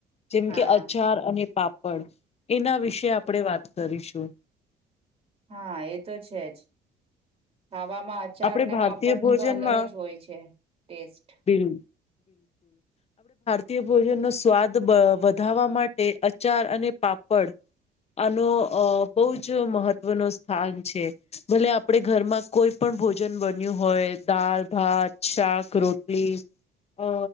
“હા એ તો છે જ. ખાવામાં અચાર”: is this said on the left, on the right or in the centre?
Right